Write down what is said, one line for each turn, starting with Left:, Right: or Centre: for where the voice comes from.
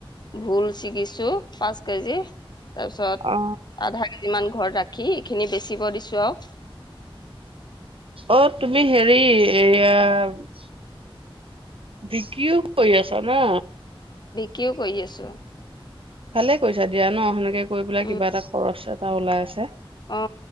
Left: ভোল ছিগিছো পাঁচ কেজি তাৰপিছত
Right: অ
Left: আধা কেজি মান ঘৰত ৰাখ কি এইখিনি বেচিব দিছোঁ আৰু
Right: অ তুমি হেৰি এয়া <inaudible> দকিও ক আছা ম
Left: কিয় কৰি আছো
Right: ভালে কৰিছা দিয়া ন সেনেকে গৈ পেলাই
Left: উম
Right: কিবা এটা খৰচ ত ওলাই
Left: অ